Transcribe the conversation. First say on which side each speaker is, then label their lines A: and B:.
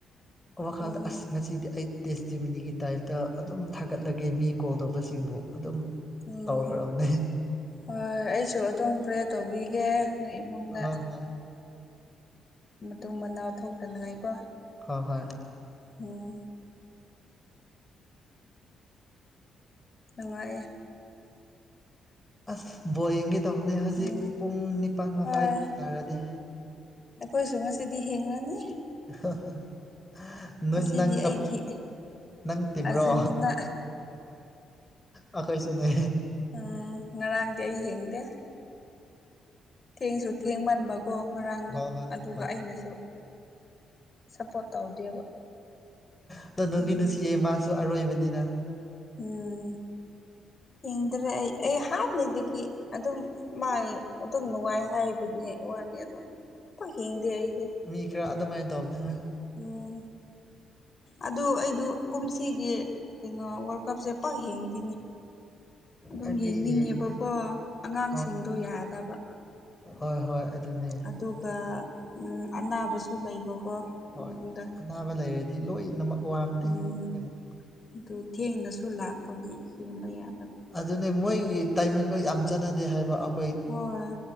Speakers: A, on the left; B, on the left.
A: ꯋꯥꯈꯜꯗ
B: ꯎꯝ
A: ꯑꯁ ꯉꯁꯤꯗꯤ ꯑꯩ ꯇꯦꯁ ꯆꯤꯃꯤꯅꯤꯒꯤ ꯇꯥꯏꯞꯇ ꯑꯗꯨꯝ ꯊꯥꯒꯠꯂꯒꯦ ꯃꯤ ꯀꯣꯜ ꯇꯧꯕꯁꯤꯡꯕꯨ ꯑꯗꯨꯝ
B: ꯎꯝ
A: ꯇꯧꯈ꯭ꯔꯕꯅꯦ
B: ꯍꯣꯏ ꯑꯩꯁꯨ ꯑꯗꯨꯝ ꯄ꯭ꯔꯦ ꯇꯧꯕꯤꯒꯦ ꯅ ꯏꯃꯨꯡꯗ
A: ꯍꯣꯏ ꯍꯣꯏ
B: ꯃꯇꯨꯡ ꯃꯅꯥꯎ ꯊꯣꯛꯇꯅꯤꯡꯉꯥꯏꯀꯣ
A: ꯍꯣꯏ ꯍꯣꯏ
B: ꯑꯣ ꯅꯨꯡꯉꯥꯏ
A: ꯑꯁ ꯕꯣꯌꯦꯡꯒꯤ ꯇꯧꯕꯅꯦ ꯍꯧꯖꯤꯛ
B: ꯎꯝ
A: ꯄꯨꯡ ꯅꯤꯄꯥꯟ ꯃꯈꯥꯏ
B: ꯍꯣꯏ
A: ꯇꯥꯔꯗꯤ
B: ꯑꯩꯈꯣꯏꯁꯨ ꯉꯁꯤꯗꯤ ꯍꯤꯡꯉꯅꯤ
A: <unintelligible>
B: ꯑꯁꯤꯗꯤ
A: ꯁꯞ
B: ꯑꯩꯒꯤ
A: ꯅꯪ ꯇꯤꯝꯔꯣ
B: ꯑꯔꯖꯦꯟꯇꯤꯅꯥ
A: ꯑꯩꯈꯣꯏꯁꯨꯅꯦ
B: ꯎꯝ ꯉꯔꯥꯡꯗꯤ ꯑꯩ ꯍꯦꯡꯗꯦ ꯊꯦꯡꯁꯨ ꯊꯦꯡꯃꯟꯕꯀꯣ ꯉꯔꯥꯡꯗꯣ
A: ꯍꯣꯏ ꯍꯣꯏ
B: ꯑꯗꯨꯒ
A: ꯍꯣꯏ
B: ꯑꯩꯅꯁꯨ
A: ꯍꯣꯏ
B: ꯁꯞꯄꯣꯔꯠ ꯇꯧꯗꯦꯕ
A: ꯑꯗꯣ ꯅꯅꯨꯡꯗꯤ
B: ꯎꯝ
A: ꯅꯨꯡꯁꯤꯌꯦ ꯃꯥꯁꯨ ꯑꯔꯣꯏꯕꯅꯤꯅ
B: ꯎꯝ ꯌꯦꯡꯗ꯭ꯔꯦ ꯑꯩ ꯑꯩ ꯍꯥꯟꯅꯩꯗꯒꯤ ꯑꯗꯨꯝ ꯃꯥꯏ ꯑꯗꯨꯝ ꯅꯨꯡꯉꯥꯏ ꯍꯥꯏꯕꯅꯦ ꯋꯥꯅꯤ ꯑꯗꯨꯝꯛ ꯍꯤꯡꯗꯦ ꯑꯩꯁꯦ
A: ꯃꯤ ꯈꯔ ꯑꯗꯨꯃꯥꯏꯅ ꯇꯧꯕꯅꯤ ꯍꯣꯏ
B: ꯎꯝ ꯑꯗꯨ ꯑꯩꯗꯨ ꯀꯨꯝꯁꯤꯒꯤ ꯀꯩꯅꯣ ꯋꯥꯔꯜ ꯀꯞꯁꯦ ꯄꯛ ꯍꯦꯡꯗꯤꯅꯦ ꯑꯗꯨꯝ
A: ꯑꯩꯗꯤ
B: ꯌꯦꯡꯅꯤꯡꯉꯦꯕꯀꯣ
A: ꯌꯦꯡꯉꯦ
B: ꯑꯉꯥꯡꯁꯤꯡꯗꯣ
A: ꯍꯣꯏ
B: ꯌꯥꯗꯕ
A: ꯍꯣꯏ ꯍꯣꯏ ꯑꯗꯨꯅꯦ
B: ꯑꯗꯨꯒ
A: ꯑꯗꯨꯝ
B: ꯎ ꯑꯅꯥꯕꯁꯨ ꯂꯩꯕꯀꯣ
A: ꯍꯣꯏ
B: ꯏꯃꯨꯡꯗ
A: ꯑꯁ ꯑꯅꯥꯕ ꯂꯩꯔꯗꯤ ꯂꯣꯏꯅꯃꯛ ꯋꯥꯕꯅꯦ
B: ꯎꯝ
A: ꯏꯃꯨꯡ
B: ꯑꯗꯨ ꯊꯦꯡꯅꯁꯨ ꯂꯥꯛꯄꯒꯤ ꯍꯦꯡꯕ ꯌꯥꯗꯕꯣ
A: ꯑꯗꯨꯅꯦ ꯃꯣꯏꯒꯤ ꯇꯥꯏꯃꯤꯡꯗꯣ ꯌꯥꯝ ꯆꯠꯅꯗꯦ ꯍꯥꯏꯕ ꯑꯩꯈꯣꯏ
B: ꯍꯣꯏ